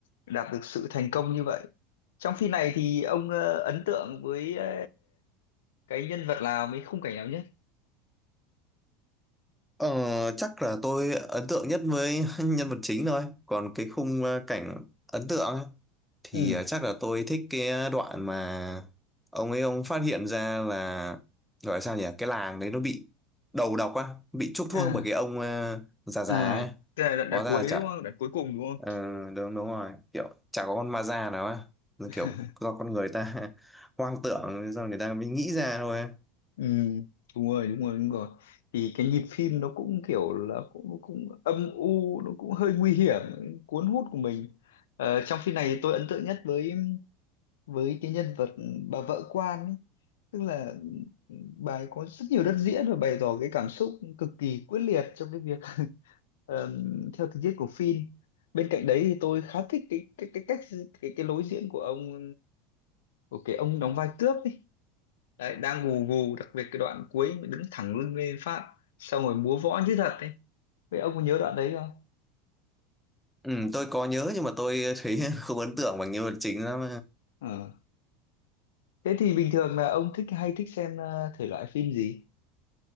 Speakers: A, on the left (about 80°); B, in the centre.
A: đạt được sự thành công như vậy trong phim này thì ông ờ, ấn tượng với ờ, cái nhân vật nào mấy khung cảnh nào nhất
B: Ờ, chắc là tôi ấn tượng nhất với <laughs> nhân vật chính thôi, còn cái khung ờ, cảnh ấn tượng á, thì
A: ừ
B: à, chắc là tôi thích cái đoạn mà ông ấy ông phát hiện ra là gọi là sao nhỉ cái làng đấy nó bị đầu độc á bị chuốc thuốc
A: à
B: bởi cái ông ờ, già già
A: à
B: ấy
A: tức là đoạn, đoạn
B: hóa ra
A: cuối
B: là chả
A: đúng không đoạn cuối cùng đúng không
B: ờ, đúng đúng rồi kiểu chả có con ma già nào á là
A: <laughs>
B: kiểu do con người ta <laughs> hoang tưởng do người ta mới nghĩ ra thôi
A: Ừ, đúng rồi đúng rồi đúng rồi thì cái nhịp phim nó cũng kiểu là cũng nó cũng âm u nó cũng hơi nguy hiểm cuốn hút của mình ờ, trong phim này tôi ấn tượng nhất với với cái nhân vật bà vợ quan ấy. tức là ừ, bà ấy có rất nhiều đất diễn và bày tỏ cái cảm xúc cực kỳ quyết liệt trong cái việc <laughs> ờm, theo tình tiết của phim bên cạnh đấy thì tôi khá thích cái cái cái cách cái cái lối diễn của ông của cái ông đóng vai cướp ấy đấy đang gù gù đặc biệt cái đoạn cuối mà đứng thẳng lưng lên phát xong rồi múa võ như thật ấy vậy ông có nhớ đoạn đấy không
B: ừ, tôi có nhớ nhưng mà tôi thấy <laughs> không ấn tượng bằng nhân vật chính lắm
A: ờ. thế thì bình thường là ông thích hay thích xem ờ, thể loại phim gì